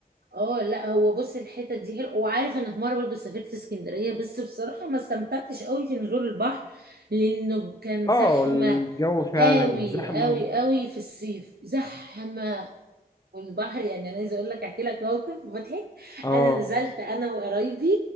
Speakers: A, on the right (about 85°); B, on the left (about 20°).
A: اه لا هو بص الحته دي حلوه وعارف انا في مره برضه سافرت اسكندريه بس بصراحه ما استمتعتش قوي في نزول البحر لانه كان
B: اه
A: زحمه
B: الجو فعلا
A: قوي
B: زحمة
A: قوي قوي في الصيف زحمه والبحر يعني انا عايزه اقول لك احكي لك موقف مضحك
B: اه
A: انا نزلت انا وقرايبي